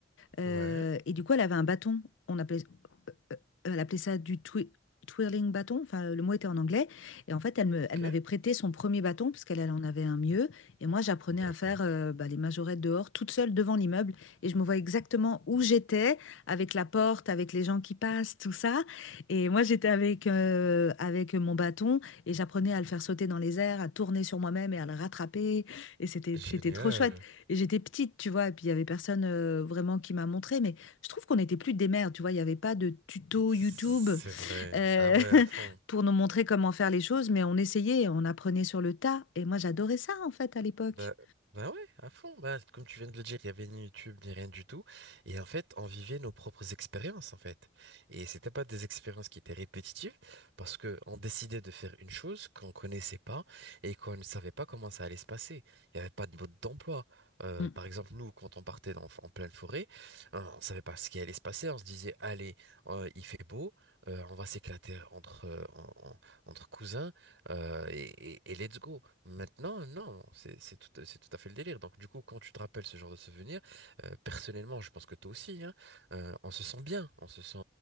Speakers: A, on the left; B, on the right.
A: Euh,
B: Ouais,
A: et du coup, elle avait un bâton. On appelait, euh, euh, elle appelait ça du twi- twirling bâton. Enfin, le mot était en anglais. Et en fait, elle me-
B: ok,
A: elle m'avait prêté son premier bâton parce qu'elle elle en avait un mieux. Et moi, j'apprenais
B: d'accord.
A: à faire euh, bah, les majorettes dehors, toute seule devant l'immeuble. Et je me vois exactement où j'étais, avec la porte, avec les gens qui passent, tout ça. Et moi, j'étais avec, euh, avec mon bâton et j'apprenais à le faire sauter dans les airs, à tourner sur moi-même et à le rattraper. Et c'était,
B: Génial.
A: c'était trop chouette. Et j'étais petite, tu vois, et puis il y avait personne euh, vraiment qui m'a montré, mais je trouve qu'on n'était plus des mères, tu vois, il n'y avait pas de tuto
B: C'est
A: YouTube
B: vrai.
A: euh,
B: Ah ouais, à fond.
A: <laughs> pour nous montrer comment faire les choses, mais on essayait, on apprenait sur le tas, et moi j'adorais ça en fait à l'époque.
B: Bah, bah ouais, à fond. Bah, comme tu viens de le dire, il y avait ni YouTube ni rien du tout. Et en fait, on vivait nos propres expériences, en fait. Et c'était pas des expériences qui étaient répétitives, parce que on décidait de faire une chose qu'on connaissait pas et qu'on ne savait pas comment ça allait se passer. Il n'y avait pas de mode d'emploi. Euh,
A: Mm.
B: par exemple, nous, quand on partait dans- en pleine forêt, euh, on savait pas ce qui allait se passer. On se disait, allez, euh, il fait beau, euh, on va s'éclater entre, euh, en- en- entre cousins. Euh, et, et- et let's go. Maintenant, non, c'est c'est tout, c'est tout à fait le délire. Donc, du coup, quand tu te rappelles ce genre de souvenir, euh, personnellement, je pense que toi aussi, hein, euh, on se sent bien, on se sent,